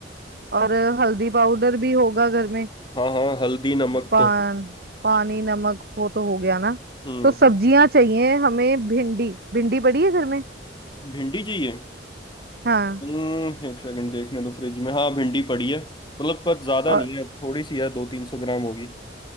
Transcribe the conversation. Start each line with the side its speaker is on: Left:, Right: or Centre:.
Right: और हल्दी पाउडर भी होगा घर में
Left: हाँ हाँ हल्दी नमक
Right: पान
Left: तो है
Right: पानी नमक वो तो हो गया ना
Left: हम्म
Right: तो सब्जियां चाहिए हमें भिंडी भिंडी पड़ी है घर में
Left: भिंडी चाहिए
Right: हाँ
Left: हम्म एक सेकंड देखने दो फ्रिज में हाँ भिंडी पड़ी है मतलब पर ज्यादा
Right: और
Left: नहीं है थोड़ी सी है दो तीन सौ ग्राम होगी